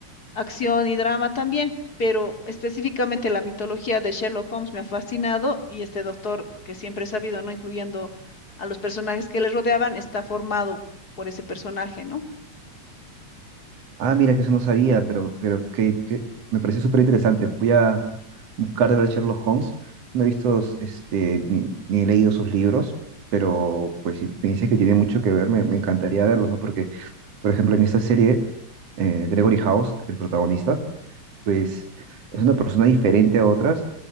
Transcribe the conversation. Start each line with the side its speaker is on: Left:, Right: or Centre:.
Left: acción y drama también, pero específicamente la mitología de Sherlock Holmes me ha fascinado y este doctor que siempre he sabido, ¿no? Incluyendo a los personajes que le rodeaban, está formado por ese personaje, ¿no?
Right: Ah, mira, que eso no sabía, pero, pero que, que me pareció súper interesante. Voy a buscar de ver Sherlock Holmes. No he visto este, ni, ni he leído sus libros, pero pues si me dices que tiene mucho que ver, me, me encantaría verlo, ¿no? Porque, por ejemplo, en esta serie, eh, Gregory House, el protagonista, pues es una persona diferente a otras,